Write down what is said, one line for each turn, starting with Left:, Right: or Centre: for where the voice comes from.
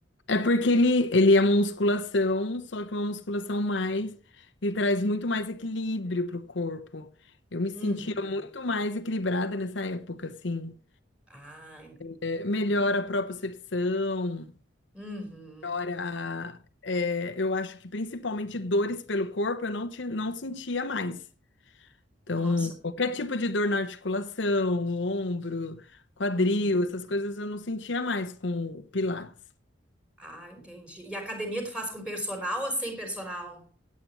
Left: é porque ele, ele é uma musculação, só que uma musculação mais, ele traz muito mais equilíbrio pro corpo. Eu me sentia
Centre: Uhum.
Left: muito mais equilibrada nessa época, assim.
Centre: Ah, entendi.
Left: É, Melhora a propriocepção,
Centre: Uhum.
Left: melhora,
Centre: Ah,
Left: é, eu acho que principalmente dores pelo corpo eu não, tinha, não sentia mais. Então,
Centre: nossa.
Left: qualquer tipo de dor na articulação, ombro, quadril,
Centre: Uhum.
Left: essas coisas eu não sentia mais com o Pilates.
Centre: Ah, entendi. E academia tu faz com personal ou sem personal?